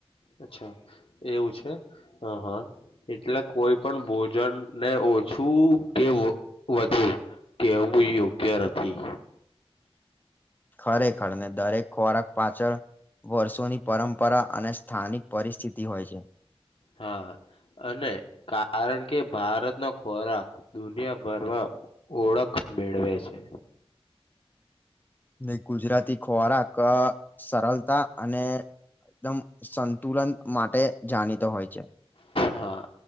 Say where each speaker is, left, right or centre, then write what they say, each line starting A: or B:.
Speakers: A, on the left (about 60°); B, on the left (about 20°).
A: અચ્છા એવું છે હ હા એટલે કોઈ પણ ભોજન ને ઓછું કે વધુ કે હમું યોગ્ય નથી
B: ખરેખર ને દરેક ખોરાક પાછળ વર્ષોની પરંપરા અને સ્થાનિક પરિસ્થિતિ હોય છે
A: હા અને કારણ કે ભારતનો ખોરાક દુનિયાભરમાં ઓળખ મેળવે છે
B: નને ગુજરાતી ખોરાક સરળતા અને એકદમ સંતુલન માટે જાણીતો હોય છે
A: હા